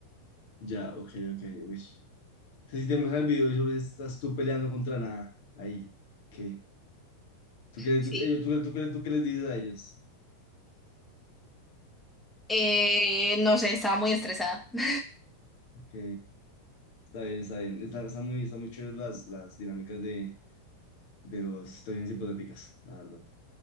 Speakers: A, on the left (about 50°); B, in the centre.
A: Ya, ok, ok, uy. Entonces, si te muestran el video y solo estás tú peleando contra nada, ahí, ok. ¿Tú crees,
B: Sí,
A: tú, ellos- tú, crees tú, crees tú qué les dices a ellos?
B: eh, no sé, estaba muy estresada. <laughs>
A: Ok, está bien, está bien. Está, está muy, está muy chévere las, las dinámicas de, de las situaciones hipotéticas, la verdad.